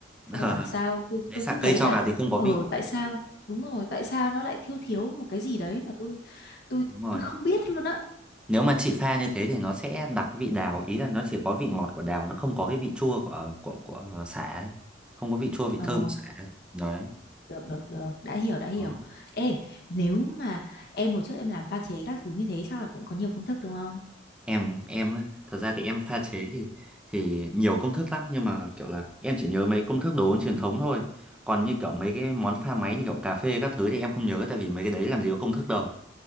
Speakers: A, in the centre; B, on the left (about 60°).
A: <laughs>
B: Xong rồi
A: ờ
B: bảo sao tôi
A: lấy
B: tôi
A: sả
B: cứ thấy
A: cây cho
B: là
A: vào thì không có
B: ờ
A: vị
B: tại sao? Đúng rồi, tại sao nó lại thiếu thiếu một cái gì đấy mà tôi tôi
A: đúng rồi
B: tôi không biết luôn á.
A: Nếu mà chị pha như thế thì nó sẽ đặc vị đào, ý là nó chỉ có vị ngọt của đào, nó không có cái vị chua của của của sả ấy. Không có vị chua vị
B: Ờ,
A: thơm của sả ấy. Đấy.
B: được được được, đã hiểu đã hiểu.
A: Đó.
B: Ê, nếu mà em hồi trước em làm pha chế các thứ như thế chắc là cũng có nhiều công thức đúng không?
A: Em em á, thật ra thì em pha chế thì thì nhiều công thức lắm nhưng mà kiểu là em chỉ nhớ mấy công thức đồ uống truyền thống thôi. Còn như kiểu mấy cái món pha máy như kiểu cà phê các thứ thì em không nhớ tại vì mấy cái đấy làm gì có công thức đâu.